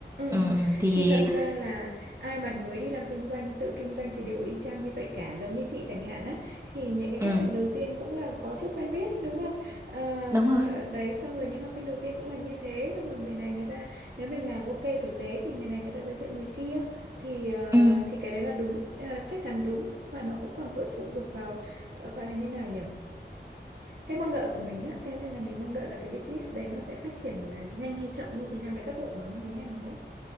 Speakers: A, on the right (about 60°); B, on the right (about 15°).
A: ừ.
B: Ừ, ừ, thì
A: thì thật ra là ai mà mới đi làm kinh doanh tự kinh doanh thì đều y chang như vậy cả giống như chị chẳng hạn á thì những cái khách
B: ừ,
A: hàng đầu tiên cũng là có chút quen biết đúng không Ờ,
B: đúng rồi.
A: đấy xong rồi những học sinh đầu tiên cũng là như thế xong rồi người này người ta nếu mình làm ok tử tế thì người này người ta giới thiệu người kia thì ờ,
B: Ừ,
A: thì cái đấy là đúng ờ, chắc chắn đúng nhưng mà nó cũng còn phải phụ thuộc vào gọi là như nào nhỉ cái mong đợi của mình á xem xem là mình mong đợi là cái business đấy nó sẽ phát triển à, nhanh hay chậm như thế nào cái tốc độ của nó như thế nào nữa